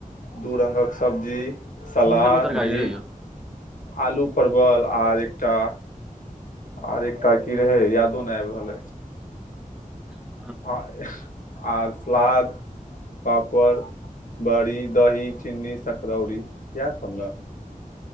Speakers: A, on the left (about 65°); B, in the centre.
A: दू रंगक सब्जी सलाद
B: की सबके तरकारी
A: घी
B: रहै यौ
A: आलू परवल आर एकटा आर एकटा की रहै यादो नहि आबि रहलै
B: ह
A: आ आर सलाद पापड़ बड़ी दही चीन्नी सकरौरी इएह सब न